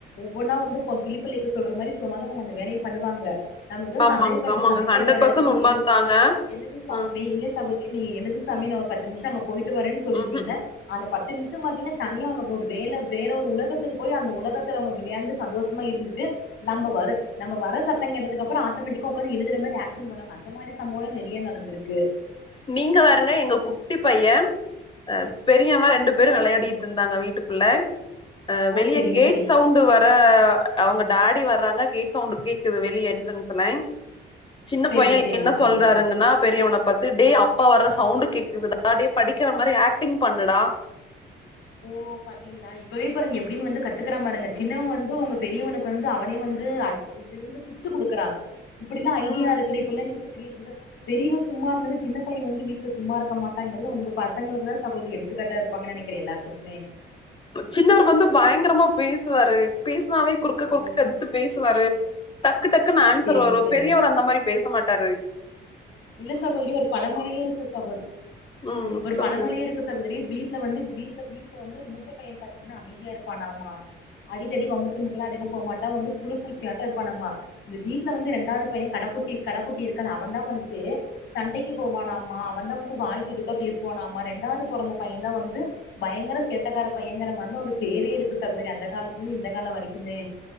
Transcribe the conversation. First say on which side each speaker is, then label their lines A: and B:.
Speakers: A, on the left; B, on the left.
A: ஒவ்வொன்னா வந்து கிளிபுள்ளிக்கு சொல்ற மாரி சொன்னாத அவங்க அந்த வேலையை பண்ணுவாங்க நம்ம ஏதோ
B: ஆமாங்க
A: சமையல் கட்ல
B: ஆமாங்க
A: சமைக்கிற
B: ஹண்ட்ரட்
A: வேலை
B: பர்சன்ட்
A: இருக்கு நீ
B: உண்மதாங்க
A: எழுது நீ எழுது சாமி
B: ம்
A: இல்லை சகோதரி நீங்க எழுது சாமி நான் ஒரு பத்து நிமிஷம் அங்க போயிட்டு வரேு சொல்லிட்டீங்கன்னா
B: ம்
A: அந்த பத்து நிமிஷம் பாத்தீங்கன்னா தனியா அவங்க ஒரு வே வேற ஒரு உலகத்துக்கு போய் அந்த உலகத்துல அவங்க விளையாண்டு சந்தோஷமா இருந்து நம்ம வரும் நம்ம வர சத்தம் கேட்டதுக்கு அப்றம் ஆட்டோமேட்டிக்கா உட்கார்ந்து எழுதுற மாதிரி ஆக்ஷன் பண்ணுவாங்க அந்த மாரி சம்ப நிறைய நடந்திருக்கு
B: நீங்க வேறங்க எங்க குட்டி பையன் அ பெரியம்மா ரெண்டு பேரும் விளையாடிட்டு இருந்தாங்க வீட்டுக்குள்ள அ
A: ஓ
B: வெளிய
A: செரிங்க
B: கேட்
A: செரிங்க
B: சவுண்ட
A: சகோதரி
B: வர அவங்க டாடி வர்றாங்க கேட் சவுண்டு கேக்குது வெளியல என்றென்சேல சின்ன
A: செரிங்க
B: பையன்
A: செரிங்க
B: என்ன
A: சகோதரி
B: சொல்றாருங்கன்னா பெரியவன பார்த்து அப்பா வர்ற சவுண்ட் கேக்குதுடா ஹே படிக்கிற மாதிரி ஆக்டிங் பண்ணுடா
A: ஓ பாத்தீங்களா இப்பவே பாருங்க எப்படின்னு வந்து கத்துக்கற பாருங்க சின்னவ வந்து உங்க பெரியவனுக்கு வந்து அவனே வந்து இ வந்து டிப்ஸ் கொடுக்குறான் இப்படில்ல ஐடியா
B: ம்
A: இருக்கு இப்பல்ல நீ பெரிய புள்ள பெரியவ சும்மா இருந்த சின்ன பையன் வந்து வீட்ல சும்மா இருக்க மாட்டாங்கிறது உங்க பசங்களுக்குதான் சகோதரி எடுத்துக்காட்டா இருப்பாங்கு நினைக்கிறேன் எல்லாத்துக்குமே
B: சின்னவர் வந்து பயங்கரமா பேசுவாரு பேச னாலே குறுக்க குறுக்க
A: ஓ
B: எதுத்து பேசுவாரு டக்கு டக்குன்னு ஆன்சர்
A: செரிங்க
B: வரும்
A: செரிங்க
B: பெரியவர் அந்த மாரி பேச பேச மாட்டாரூ
A: இல்ல சகோதரி ஒரு பழமொழியே இருக்கு சகோதரி
B: ம்
A: ஒரு
B: சொல்லுங்க
A: பழமொழியே இருக்கு சகோதரி வீட்ல வந்து வீட்ல வீட்ல வந்து ஒரு முத்த பைய பாத்தீங்கன்னா அமைதியா இருப்பான் நாமா அடிதடி வம்புத்தும்க்க எல்லாம் அதிக போ மாட்ட வந்து புழுப்பூச்சியாட்ட இருப்பான்னாமா இந்த வீட்ல வந்து இரண்டாவது பையன் கடகுட்டி கடகுட்டி இருக்க அவன் தான் வந்து வந்து சண்டைக்கு போவானாம்மா அவன் தான் வந்து வாய்த்துடுக்கா பேசுவானாம்மா ரெண்டாவது பிறந்த பையன் தான் வந்து பயங்கர சேட்டக்கார பைய யங்கர மாரி ஒரு பேரே இருக்கு சகோதரி அந்த காலத்துல இருந்து இந்த கால வரைக்குமே